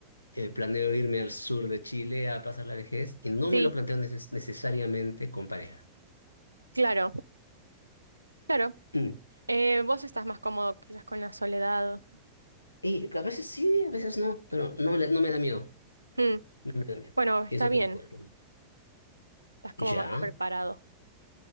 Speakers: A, on the left; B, on the right.
A: eh, planeo irme al sur de Chile a pasar la vejez y no
B: sí,
A: me lo planteo neces- necesariamente con pareja.
B: claro, claro.
A: Mm.
B: Eh, vos estás más cómodo quizás con la soledad.
A: Y a veces sí, a veces no, pero no, me le- no me da miedo.
B: Mm,
A: No me da miedo.
B: bueno, está
A: Pienso
B: bien,
A: que lo puedo planear.
B: estás como
A: Ya,
B: más preparado.